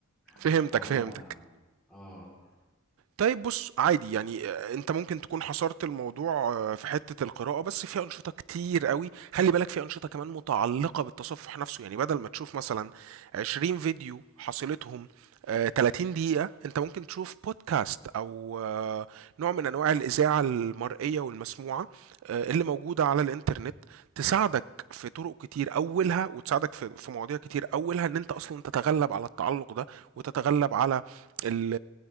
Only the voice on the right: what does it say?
فهمتك
فهمتك
طيب بص عادي يعني آه، انت ممكن تكون حصرت الموضوع آه، في حتة القراءة بس في أنشطة كتير قوي خلي بالك في أنشطة كمان متعلقة بالتصفح نفسه يعني بدل ما تشوف مثلا 20 فيديو حصيلتهم آه، 30 دقيقة انت ممكن تشوف بودكاست او آه، نوع من انواع الإذاعة المرئية والمسموعة آه، اللي موجودة على الإنترنت تساعدك في طرق كتير أولها وتساعدك في في مواضيع كتير أولها ان انت اصلا تتغلب على التعلق ده وتتغلب على ال